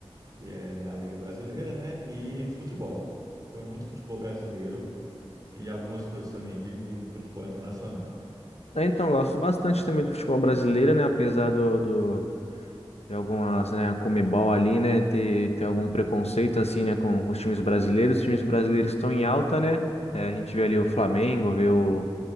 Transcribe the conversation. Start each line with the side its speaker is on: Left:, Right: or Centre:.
Right: que é a Liga Brasileira, né? E futebol. Acompanho muito futebol brasileiro e algumas coisas também de futebol internacional.
Left: É, Então, gosto bastante também do futebol brasileiro, né? Apesar do, do- de algumas, né, a Comebol ali, né, ter, ter algum preconceito assim, né, com, com os times brasileiros. Os times brasileiros estão em alta, né? É, a gente vê ali o Flamengo, vê o,